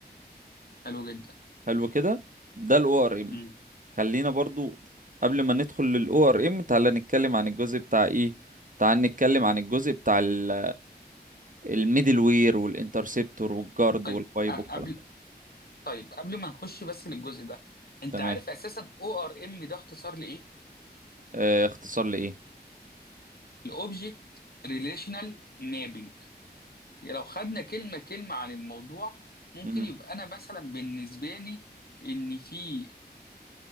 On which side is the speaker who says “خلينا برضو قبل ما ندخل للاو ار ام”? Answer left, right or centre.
Right